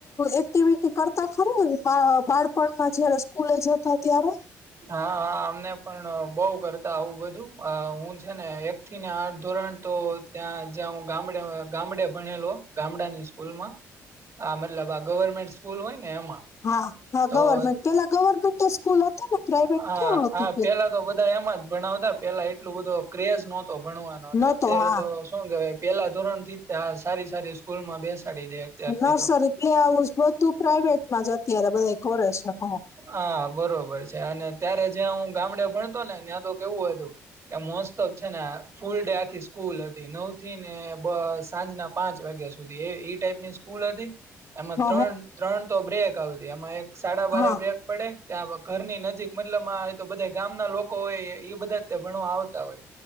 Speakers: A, on the left; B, on the right.
A: એક્ટિવિટી કરતા ખરે બાળપણમાં જયારે સ્કૂલે જતા ત્યારે?
B: હા હા અમને પણ બોવ કરતા આવું બધું હું છે ને એક થીને આઠ ધોરણ તો ત્યાં જ્યાં હું ગામડે ગામડે ભણેલો ગામડા ની સ્કૂલમાં આ મતલબ આ ગવર્મેન્ટ સ્કૂલ હોય ને એમાં.
A: હા હા
B: તો
A: ગવર્મેન્ટ પેલા ગવર્મેન્ટો સ્કૂલ હતી ને? પ્રાઇવેટ
B: હા
A: કેવા હતી
B: હા પેલા તો બધા એમાં જ ભણાવતા પેલા એટલું બધો ક્રેઝ નત તો ભણવાનોને
A: નતો
B: અત્યારે
A: હા
B: તો શું કેહેવાય પહેલા ધોરણ થી આ સારી સારી સ્કૂલ માં બેસાડી દે. અત્યારથી
A: નરસરી
B: તો
A: કે આવું જ બધું પ્રાઈવેટમાં જ અત્યારે બધા કરે છે હ.
B: હા બરોબર છે અને ત્યારે જ્યાં હું ગામડે ભણતો ને ત્યાં તો કેવું હો હતું એ મોસ્ત છે ફૂલ ડે આખી સ્કૂલ હતી નવ થી ને બ સાંજના પાંચ વાગ્યા સુધી એવી એ ટાઈપની સ્કૂલ હતી એમાં
A: હ હ
B: ત્રણ ત્રણ તો બ્રેક આવતી એમાં એક સાડા બારે
A: હા
B: બ્રેક પડે ત્યાં. <unintelligible> ઘરની નજીક મતલબ આ તો બધા ગામના લોકો હોય ઈ બધાયા જ ભણવા આવતા હોય.